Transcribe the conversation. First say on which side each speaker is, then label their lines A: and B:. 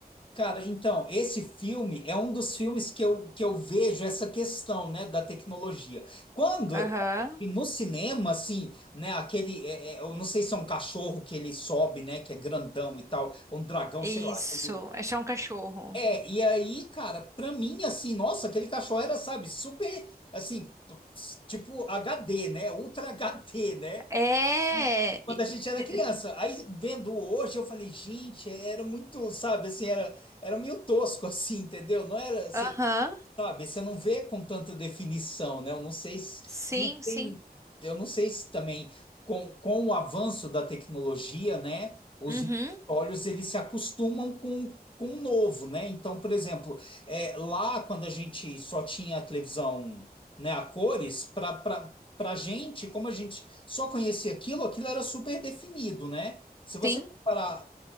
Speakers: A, on the left (about 30°); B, on the right (about 20°).
A: Cara, então, esse filme é um dos filmes que eu, que eu vejo essa questão, né, da tecnologia. Quando,
B: Aham.
A: e no cinema, assim, né, aquele, é, é, eu não sei se é um cachorro que ele sobe, né, que é grandão e tal, um dragão,
B: Isso.
A: sei lá, aquele
B: Achar um cachorro.
A: É, e aí, cara, pra mim, assim, nossa, aquele cachorro era, sabe, super, assim, p- tipo HD, né? Ultra HD, né?
B: É.
A: E Quando
B: e-
A: a gente era
B: e-
A: criança. Aí, vendo hoje, eu falei, gente, era muito, sabe, assim, era, era meio tosco, <laughs> assim, entendeu? Não era.
B: Aham.
A: Sabe, você não vê com tanta definição, né? Eu não sei se,
B: Sim,
A: eu não
B: sim.
A: sei, eu não sei se também com, com o avanço da tecnologia, né? Os
B: Uhum.
A: olhos eles se acostumam com, com o novo, né? Então, por exemplo, é, lá quando a gente só tinha a televisão, né, a cores, para para para gente, como a gente só conhecia aquilo, aquilo era super definido, né? Se você
B: Sim.
A: comparar